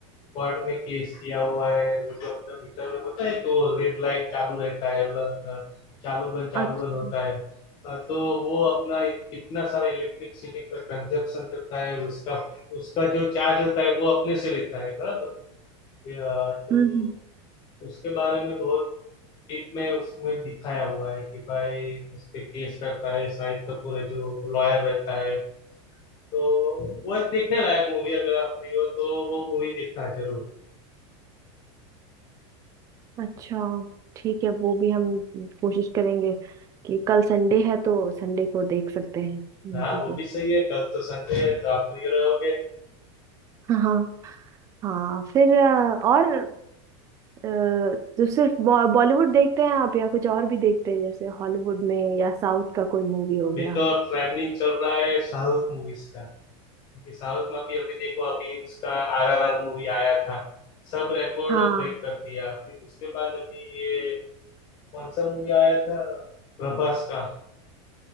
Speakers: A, on the left; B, on the right.
A: कोर्ट में केस किया हुआ है वो जो अपना मीटर में होता है कि वो रेड लाइट चालू रहता है ल- अ, चालू बंद चालू
B: अच्छा
A: बंद होता है अ, तो वो अपना कितना सारा इलेक्ट्रिसिटी का कंजप्शन करता है उसका उसका जो चार्ज होता है वो अपने से लेता है बराबर अ, तो
B: हम्म हम्म।
A: उसके बारे में बहुत डीप में उसमें दिखाया हुआ है कि भाई उस पे केस करता है शाहिद कपूर है जो लॉयर रहता है तो वो एक देखने लायक मूवी अगर आप फ्री हो तो वो मूवी देखना जरूर
B: अच्छा ठीक है वो भी हम कोशिश करेंगे कि कल संडे है तो संडे को देख सकते हैं मूवी
A: हाँ वो
B: वो
A: भी सही है कल तो संडे है तो आप फ्री रहोगे
B: हाँ हाँ फिर अ, और अ, तो सिर्फ बॉ- बॉलीवुड देखते हैं आप या कुछ और भी देखते हैं जैसे हॉलीवुड में या साउथ का कोई मूवी हो
A: अभी
B: गया
A: तो ट्रेंडिंग चल रहा है साउथ मूवीज का क्योंकि साउथ में भी अभी देखो अभी उसका आर आर आर मूवी आया था सब रिकॉर्ड
B: हाँ
A: ब्रेक कर दिया फिर उसके बाद अभी ये कौन सा मूवी आया था प्रभास का